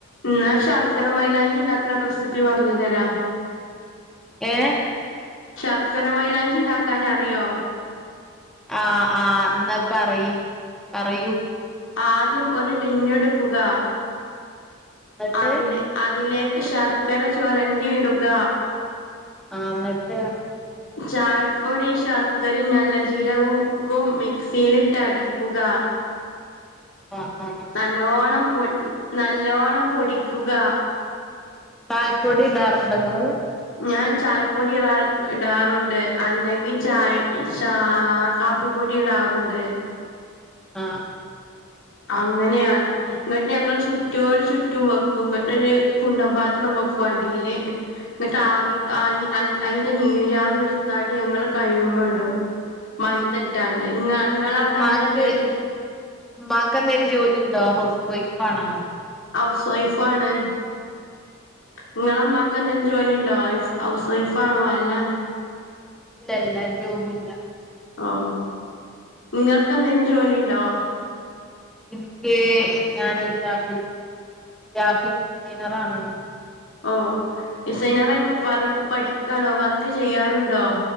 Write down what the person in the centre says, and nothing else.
ഏ
ആ ആ ന്നാ പറയി പറയൂ
എന്നിട്ട്
ആ ന്നട്ട്
ആ ആ
ചായപ്പൊടി ഇടാറുണ്ടോ ഇങ്ങള്
ആ
ഉമ്മാക്ക്
ഉമ്മാക്ക് എന്തേലും ജോലി ഉണ്ടോ ഹൗസ് വെഫാണോ
ലല്ല ജോബ് ഇല്ല
എനിക്ക് ഞാന് <unintelligible> ഗ്രാഫിക്സ് ഡിസൈനർ ആണ്.